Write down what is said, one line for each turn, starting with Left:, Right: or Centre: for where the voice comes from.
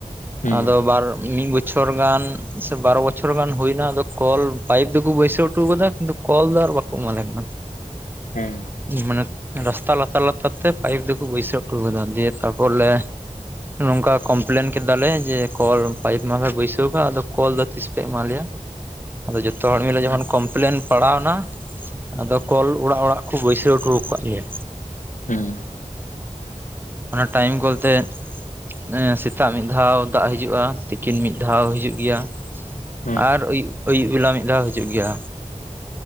Left: ᱦᱩᱸ
Right: ᱟᱫᱚ ᱵᱟᱨ ᱢᱤᱫ ᱵᱚᱪ ᱪᱷᱚᱨ ᱜᱟᱱ ᱥᱮ ᱵᱟᱨ ᱵᱚᱪᱷᱚᱨ ᱜᱟᱱ ᱦᱩᱭ ᱮᱱᱟ ᱟᱫᱚ ᱠᱚᱞ ᱯᱟᱭᱤᱯ ᱫᱚᱠᱚ ᱵᱟᱹᱭᱥᱟᱹᱣ ᱦᱚᱴᱚ ᱟᱠᱟᱫᱟ ᱠᱤᱱᱛᱩ ᱠᱚᱞ ᱫᱚ ᱟᱨ ᱵᱟ ᱠᱚᱢᱟᱞᱮ ᱠᱟᱱᱟ
Left: <inaudible> ᱦᱮᱸ
Right: ᱢᱟᱱᱮ ᱨᱟᱥᱛᱟ ᱞᱟᱛᱟᱨ ᱞᱟᱛᱟᱨ ᱛᱮ ᱯᱟᱭᱤᱯ ᱫᱚᱠᱚ ᱵᱟᱹᱭᱥᱟᱹᱣ ᱦᱚᱴᱩ ᱟᱠᱟᱫᱟ ᱫᱤᱭᱮ ᱛᱟᱯᱚᱨ ᱞᱮ ᱱᱚᱝᱠᱟ ᱠᱚᱢᱯᱞᱮᱱ ᱠᱮᱫᱟᱞᱮ ᱡᱮ ᱠᱚᱞ ᱯᱟᱭᱤᱯ ᱢᱟᱯᱮ ᱵᱟᱹᱭᱥᱟᱹᱣ ᱟᱠᱟᱫ ᱟᱫᱚ ᱠᱚᱞ ᱫᱚ ᱛᱤᱥ ᱯᱮ ᱮᱢᱟ ᱞᱮᱭᱟ ᱟᱫᱚ ᱡᱚᱛᱚ ᱦᱚᱲ ᱢᱤᱞᱮ ᱡᱮᱢᱚᱱ ᱠᱚᱢᱯᱞᱮᱱ ᱯᱟᱲᱟᱣ ᱱᱟ ᱟᱫᱚ ᱠᱚᱞ ᱚᱲᱟᱜ ᱚᱲᱟᱜ ᱠᱚ ᱵᱟᱹᱭᱥᱟᱹᱣ ᱦᱚᱴᱚ ᱟᱠᱟᱫ ᱞᱮᱭᱟ
Left: ᱦᱩᱸ
Right: ᱚᱱᱟ ᱴᱟᱭᱤᱢ ᱠᱚᱞᱛᱮ ᱮᱸ ᱥᱮᱛᱟᱜ ᱢᱤᱫ ᱫᱷᱟᱣ ᱫᱟᱜ ᱦᱤᱡᱩᱜᱼᱟ ᱛᱤᱠᱤᱱ ᱢᱤᱫ ᱫᱷᱟᱣ ᱦᱤᱡᱩᱜ ᱜᱮᱭᱟ
Left: ᱦᱩᱸ
Right: ᱟᱨ ᱟᱭᱩᱵ ᱟᱹᱭᱩᱵ ᱵᱮᱞᱟ ᱢᱤᱫ ᱫᱷᱟᱣ ᱦᱤᱡᱩᱜ ᱜᱮᱭᱟ